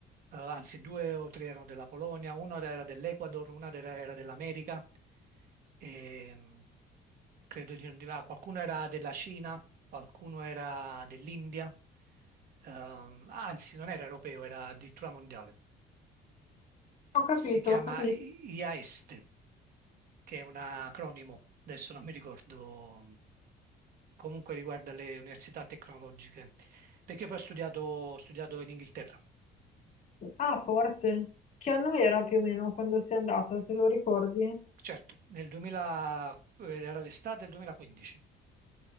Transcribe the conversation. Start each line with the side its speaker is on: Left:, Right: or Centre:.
Right: eh, anzi due o tre erano della Polonia, uno era dell'Ecuador, una era, era dell'America, e, mm, credo di, di- ah, qualcuno era della Cina, qualcuno era dell'India, ehm, anzi non era europeo, era addirittura mondiale
Left: Ho capito,
Right: si chiama
Left: ho capito.
Right: IAESTE, che è un acronimo, adesso non mi ricordo, comunque riguarda le università tecnologiche, perché poi ho studiato, ho studiato in Inghilterra,
Left: Ah, forse. Che anno era più o meno quando sei andato, te lo ricordi?
Right: certo, nel 2000, era l'estate del 2015.